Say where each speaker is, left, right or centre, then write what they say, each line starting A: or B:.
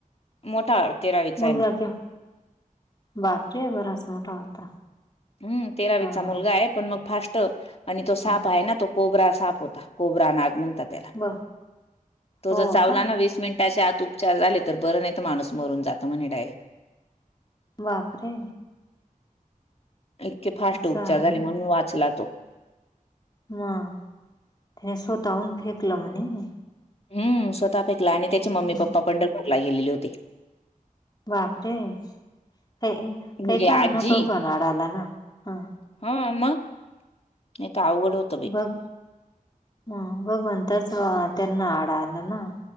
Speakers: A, on the left; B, on the left.
A: मोठा तेराविचा
B: मुलगा
A: य ना
B: केव बापरे! बराच मोठा होता.
A: हम् तेरावीचा
B: हा
A: मुलगा
B: हा
A: आहे. पण मग फास्ट आणि तो साप
B: हा
A: आहे. ना तो कोबरा साप होता. कोबरा नाग म्हणतात <inaudible>
B: ब
A: तो
B: हो
A: ज चावला
B: का
A: ना वीस मिनटाच्या आत उपचार झाले. तर बरं नाहीेत माणूस मरून जात म्हणे डायरेक्ट
B: बापरे!
A: इतके फास्ट
B: असं
A: उपचार
B: आहे
A: झाले. म्हणून वाचला तो
B: म <inaudible> ते स्वःतहुन फेकला म्हणे
A: हम्म स्वतः फेकला? आणि त्याची मम्मी
B: हं,
A: पप्पा पंढरपूरला गेलेली होते?
B: बापरे! काही
A: म्हणजे
B: काही का
A: आजी
B: होईना भगवान आडा आला ना हा
A: हा म <inaudible> नाहीेत आवघड होत.
B: बघ म भगवंतच त्यांना आडा आला ना?